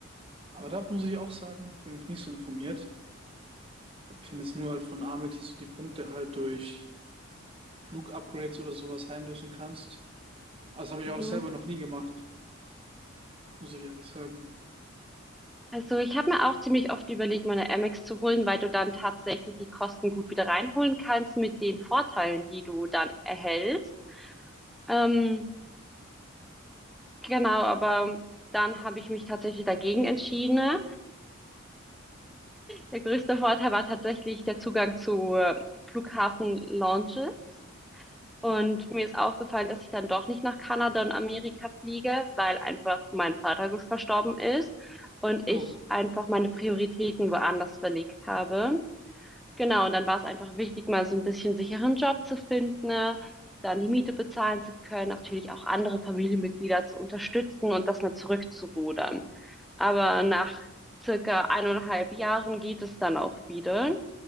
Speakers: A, on the right; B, in the centre.
A: Aber da muss ich auch sagen, bin ich nicht so informiert. Kenne es nur halt von Amex, dass du die Punkte halt durch Flug-Upgrades oder sowas einlösen kannst. Also habe ich
B: Mhm.
A: auch selber noch nie gemacht, muss ich ehrlich sagen.
B: Also ich habe mir auch ziemlich oft überlegt, meine Amex zu holen, weil du dann tatsächlich die Kosten gut wieder reinholen kannst mit den Vorteilen, die du dann erhältst. Ähm, genau, aber dann habe ich mich tatsächlich dagegen entschieden, Der größte Vorteil war tatsächlich der Zugang zu äh, Flughafen-Lounges. Und mir ist aufgefallen, dass ich dann doch nicht nach Kanada und Amerika fliege, weil einfach mein Vater verstorben ist und ich
A: Oh,
B: einfach meine Prioritäten woanders verlegt habe. Genau, und dann war es einfach wichtig, mal so ein bisschen sicheren Job zu finden, ne? Dann die Miete bezahlen zu können, natürlich auch andere Familienmitglieder zu unterstützen und das mal zurückzurudern. Aber nach circa eineinhalb Jahren geht es dann auch wieder